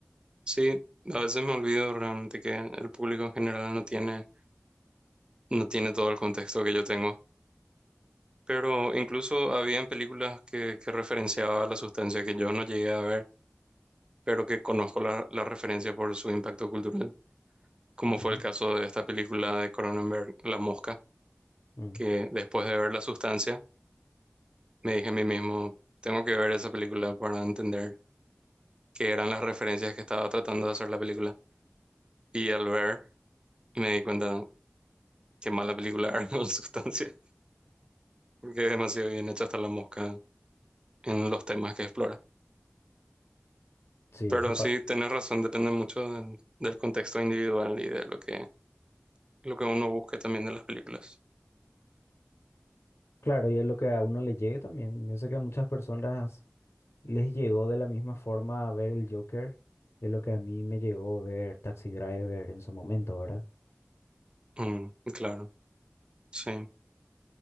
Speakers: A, on the right; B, on the left.
A: Sí, a veces me olvido realmente que el público en general no tiene, no tiene todo el contexto que yo tengo. Pero incluso habían películas que, que referenciaba la sustancia que yo no llegué a ver, pero que conozco la, la referencia por su impacto cultural, como
B: Ujú.
A: fue el caso de esta película de Cronenberg, La Mosca,
B: Mm.
A: que después de ver la sustancia, me dije a mí mismo, tengo que ver esa película para entender que eran las referencias que estaba tratando de hacer la película. Y al ver, me di cuenta qué mala película <laughs> era en sustancia, porque es demasiado bien hecha hasta la mosca en los temas que explora.
B: Sí,
A: Pero
B: eso pa-
A: sí, tenés razón, depende mucho del, del contexto individual y de lo que, lo que uno busque también de las películas.
B: Claro, y es lo que a uno le llegue también. Yo sé que a muchas personas les llegó de la misma forma a ver el Joker de lo que a mí me llegó a ver Taxi Driver en su momento, ¿verdad?
A: Mm, claro, sí.